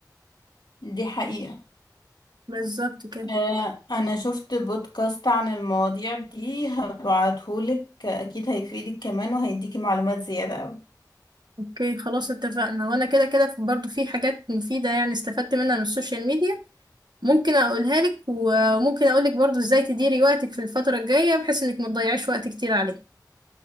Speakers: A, on the left; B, on the right.
A: دي حقيقة
B: بالظبط كده
A: آه، انا شفت بودكاست عن المواضيع دي هبعتهولك اكيد هيفيدك كمان وهيديكي معلومات زيادة اوي
B: اوكي خلاص اتفقنا وانا كده كده في- برضو في حاجات مفيدة يعني استفدت منها من السوشيال ميديا ممكن اقولها لك وممكن اقولك برضو ازاي تديري وقتك في الفترة الجاية بحيث انك ما تضيعيش وقت كتير عليه